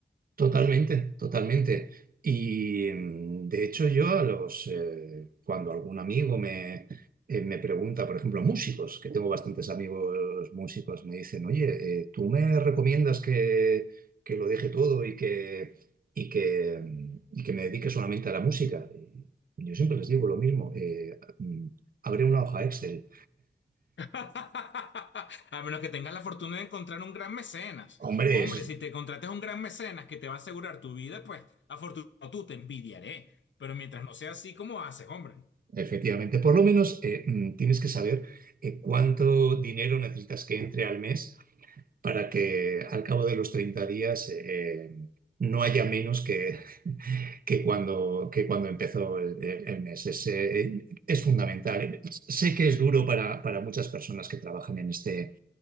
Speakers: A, on the right; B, on the left.
A: Totalmente, totalmente. Y mm, de hecho yo a los, eh, cuando algún amigo me, eh, me pregunta, por ejemplo, músicos, que tengo bastantes amigos músicos, me dicen, oye, eh, ¿tú me recomiendas que, que lo deje todo y que, y que, mm, y que me dedique solamente a la música? Y yo siempre les digo lo mismo, eh, mm, abre una hoja Excel.
B: <laughs> A menos que tengas la fortuna de encontrar un gran mecenas.
A: Hombre,
B: Hombre,
A: eso es-
B: si te contrates un gran mecenas que te va a asegurar tu vida, pues afortunado tú te envidiaré. Pero mientras no sea así, ¿cómo haces, hombre?
A: efectivamente, por lo menos eh, mm, tienes que saber eh, cuánto dinero necesitas que entre al mes para que al cabo de los 30 días eh, no haya menos que, que cuando, que cuando empezó el, el- el mes. Es, eh, es fundamental. Sé
B: Sí,
A: que es duro para, para muchas personas que trabajan en este,